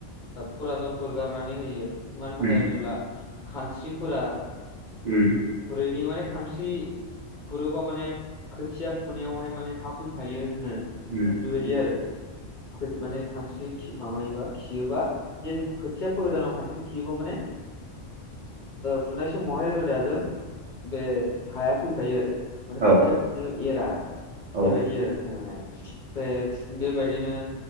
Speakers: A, on the left; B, on the right.
A: फुरादनफोर गारनानै होयो। मानि थाखाय
B: उम
A: होनोब्ला खानस्रिफोरा
B: ओ।
A: खुरैनि। माने खानस्रि खुरोबा माने खोथिया फुनायावहाय माने हा फैफायो होनो
B: उम
A: बे बायदि
B: उम
A: आरो। माने खानस्रि माबायोबा खियोबा जिहेथु खोथिया गोदानाव खानस्रि खियोब्ला माने फुनाय समावहाय रोदाजों बे हाया फैफायो आरो माने
B: औ
A: खोथिया फुनो एरा।
B: औ
A: बे बायदि आरो। बे बायदिनो